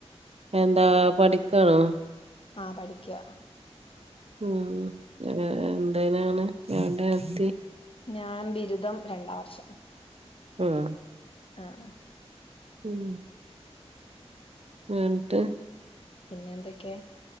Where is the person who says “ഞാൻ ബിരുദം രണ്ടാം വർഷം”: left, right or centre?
Left